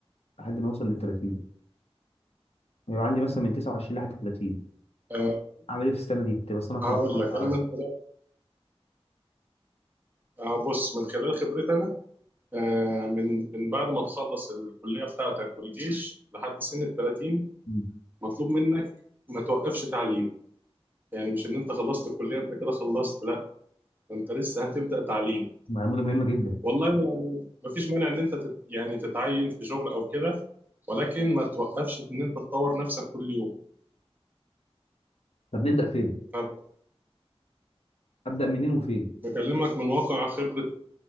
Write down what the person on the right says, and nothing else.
أه
هقول
لك
انا من خلال أه بص من خلال خبرتي انا أه من من بعد ما تخلص الكليه بتاعتك والجيش لحد سن ال 30
مطلوب منك ما توقفش تعليم يعني مش ان انت خلصت الكليه انت كده خلصت لا ده انت لسه هتبدا تعليم
والله يعني مفيش مانع ان انت تت يعني تتعين في شغل او كده ولكن ما توقفش ان انت تطور نفسك كل يوم
أنا
بكلمك من واقع خبره